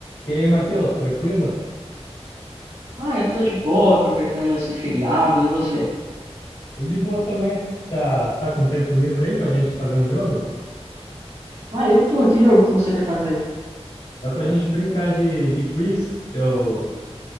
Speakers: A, on the left (about 65°); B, on the right (about 80°).
A: E aí, Matheus, tranquilo?
B: Ah, eu tô de boa aproveitando esse feriado, e você?
A: Tô de boa também. Tá, tá com tempo livre aí pra gente fazer um jogo?
B: Ah, eu tô, que jogo que você quer fazer?
A: Dá pra gente brincar de, de quiz? Eu,